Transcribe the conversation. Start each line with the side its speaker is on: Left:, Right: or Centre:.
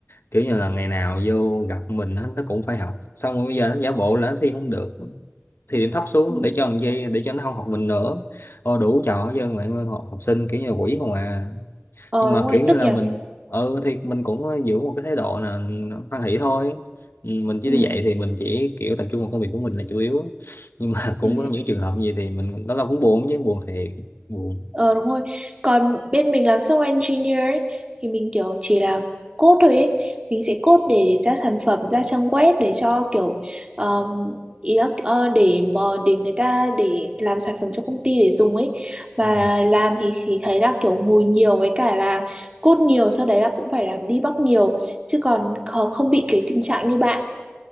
Left: kiểu như là ngày nào vô gặp mình á, nó cũng phải học xong rồi bây giờ nó giả bộ là nó thi không được thì điểm thấp xuống
Right: ừ.
Left: để cho làm gì để cho nó không học mình nữa Ô, đủ trò chứ mọi người học, học sinh kiểu như là quỷ không à
Right: ờ
Left: nhưng mà
Right: đúng rồi
Left: kiểu như
Right: tức
Left: là
Right: nhờ
Left: mình ừ thì mình cũng ờ, giữ một cái thái độ là hoan hỷ thôi Ừ, mình
Right: ừ,
Left: chỉ đi dạy thì mình chỉ kiểu tập trung vào công việc của mình là chủ yếu nhưng mà <laughs> cũng
Right: ừ.
Left: có những trường hợp gì thì mình đó là cũng buồn chứ buồn thiệt buồn
Right: Ờ đúng rồi. Còn bên mình làm software engineer ấy, thì mình kiểu chỉ là code thôi ấy. Mình sẽ code để ra sản phẩm, ra trang web để cho kiểu um, ý là, ờ, để mà để người ta để làm sản phẩm cho công ty để dùng ấy. Mà
Left: ừ.
Right: làm thì thì thấy là kiểu ngồi nhiều với cả là code nhiều sau đấy là cũng phải làm debug nhiều chứ còn kh- không bị cái tình trạng như bạn.